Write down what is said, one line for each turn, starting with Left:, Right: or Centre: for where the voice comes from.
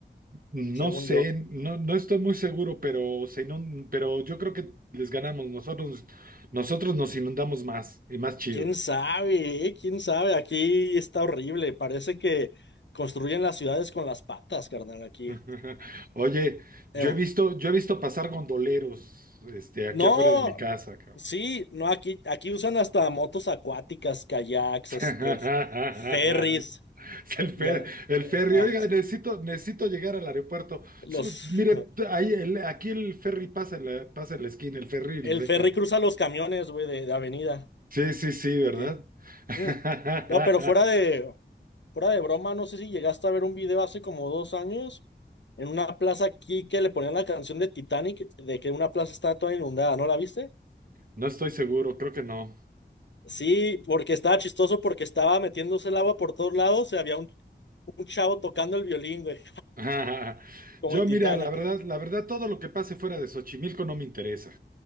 Right: No
Left: Según
Right: sé,
Left: yo.
Right: no, no estoy muy seguro, pero, se inun- pero yo creo que les ganamos. Nosotros, nosotros nos inundamos más y más chido.
Left: ¿Quién sabe? eh? ¿Quién sabe? Aquí está horrible. Parece que construyen las ciudades con las patas, carnal, aquí.
Right: <laughs> Oye, yo
Left: Em,
Right: he visto, yo he visto pasar gondoleros, este, aquí
Left: No,
Right: afuera de mi casa, cabrón.
Left: sí, no, aquí, aquí usan hasta motos acuáticas, kayaks,
Right: <laughs>
Left: este, f- ferries,
Right: Es
Left: eh,
Right: El
Left: ya,
Right: fer- el
Left: eh,
Right: ferry,
Left: ah,
Right: oiga, necesito, necesito llegar al aeropuerto.
Left: los,
Right: Su- mire, ahí el- aquí el ferry pasa en la, pasa en la esquina, el ferry lo
Left: el
Right: dejan.
Left: ferry cruza los camiones, güey, de, de avenida,
Right: Sí, sí, sí, ¿verdad?
Left: aquí.
Right: <laughs>
Left: Mm. No, pero fuera de, fuera de broma, no sé si llegaste a ver un video hace como dos años, en una plaza aquí que le ponían la canción de Titanic, de que una plaza estaba toda inundada, ¿no la viste?
Right: No estoy seguro, creo que no.
Left: Sí, porque estaba chistoso porque estaba metiéndose el agua por todos lados y había un Un chavo tocando el violín, güey,
Right: <laughs>
Left: como
Right: Yo,
Left: en
Right: mira,
Left: Titanic.
Right: la verdad, la verdad, todo lo que pase fuera de Xochimilco no me interesa.